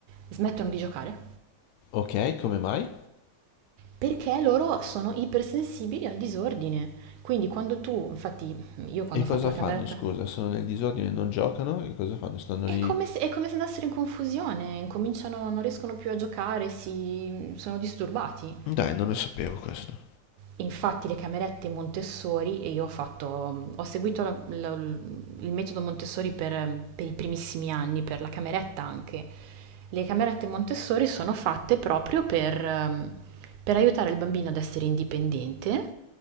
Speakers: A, on the right; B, on the left.
A: smettono di giocare?
B: Ok, come mai?
A: Perché loro sono ipersensibili al disordine. Quindi quando tu, infatti io quando
B: E cosa
A: ho fatto la
B: fanno,
A: cameretta
B: scusa? Sono nel disordine, e non giocano? E cosa fanno? Stanno
A: È
B: lì...
A: come se, è come se andassero in confusione, incominciano, non riescono più a giocare, si, sono disturbati.
B: Dai, non lo sapevo questo.
A: Infatti le camerette Montessori, e io ho fatto, ho seguito la- la- il metodo Montessori per, per i primissimi anni, per la cameretta anche. Le camerette Montessori sono fatte proprio per, ehm, per aiutare il bambino ad essere indipendente,